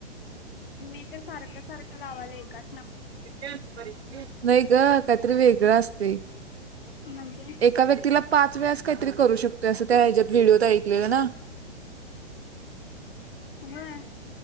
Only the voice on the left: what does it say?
मी तर सारख सारख लावाले एका
म्हणजे
व्हय,